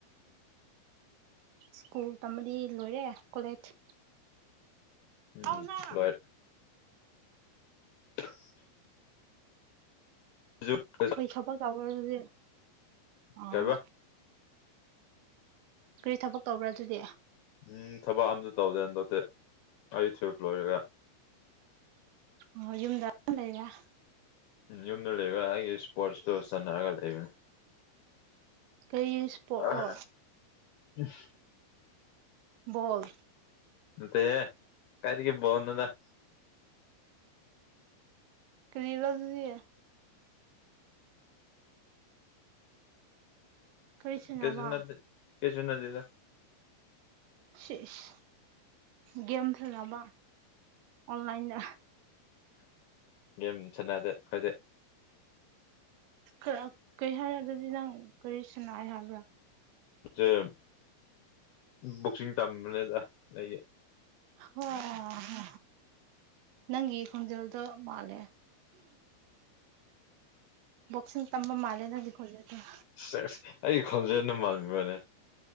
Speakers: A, on the right; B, on the left.
A: ꯁ꯭ꯀꯨꯜ ꯇꯝꯕꯗꯤ ꯂꯣꯏꯔꯦ ꯀꯣꯂꯦꯖ
B: ꯎꯝ
A: ꯑꯧꯅ
B: ꯂꯣꯏ <unintelligible> <unintelligible>
A: ꯍꯣꯏ ꯊꯕꯛ ꯇꯧꯕ꯭ꯔ ꯑꯗꯨꯗꯤ ꯑꯣ
B: ꯀꯩ ꯍꯥꯏꯕ
A: ꯀꯔꯤ ꯊꯕꯛ ꯇꯧꯕ꯭ꯔꯥ ꯑꯗꯨꯗꯤ
B: ꯎꯝ ꯊꯕꯛ ꯑꯝꯇ ꯇꯧꯗꯦ ꯑꯗꯧꯇꯦ ꯑꯩ ꯇꯨꯋꯜꯞ ꯂꯣꯏꯔꯒ
A: ꯑꯣ ꯌꯨꯝꯗ ꯑꯗꯨꯝ ꯂꯩꯔ‌ꯦ
B: ꯎ ꯌꯨꯝꯗ ꯂꯩꯕꯒ ꯑꯩꯒꯤ ꯏꯁꯄꯣꯔꯠꯁꯇꯣ ꯆꯥꯟꯅꯔꯒ ꯂꯩꯕꯅꯤ
A: ꯀꯔꯤ ꯏꯁꯄꯣꯔꯠꯔꯣ
B: <unintelligible>
A: ꯕ‌ꯣꯜ
B: ꯅꯠꯇꯦ ꯍ‌ꯦ ꯀꯥꯏꯗꯒꯤ ꯕ‌ꯣꯜꯅ‌ꯣꯗ
A: ꯀꯔꯤꯔ ꯑꯗꯨꯗꯤ ꯀꯔꯤ ꯁꯥꯟꯅꯕ
B: ꯀꯩꯁꯨ ꯅꯠꯇ‌ꯦ ꯀꯩꯁꯨ ꯅꯠꯇ‌ꯦꯗ
A: ꯁꯤꯁ ꯒꯦꯝ ꯁꯥꯟꯅꯕ ꯑꯣꯟꯂꯥꯏꯟꯗ
B: ꯒꯦꯝ ꯁꯥꯟꯅꯗꯦ ꯈꯣꯏꯗꯤ
A: ꯈꯔ ꯀꯩ ꯍꯥꯏꯔꯛ ꯑꯗꯨꯗꯤ ꯅꯪ ꯀꯔꯤ ꯁꯅꯥꯏ ꯍꯥꯏꯕ꯭ꯔꯥ
B: ꯖꯤꯝ ꯕꯣꯛꯁꯤꯡ ꯇꯝꯕꯅꯦꯗ ꯑꯩꯒꯤ
A: ꯋꯥ ꯍ ꯅꯪꯒꯤ ꯈꯣꯟꯖꯦꯜꯗꯣ ꯃꯥꯜꯂꯦ ꯕꯣꯛꯁꯤꯡ ꯇꯝꯕ ꯃꯥꯂꯦ ꯅꯪꯒꯤ ꯈꯣꯟꯖ‌ꯦꯜꯗ‌ꯣ
B: ꯁ‌ꯦꯁ ꯑꯩ ꯈꯣꯟꯖꯦꯅꯗ‌ꯣ ꯃꯥꯟꯕꯔꯅꯦ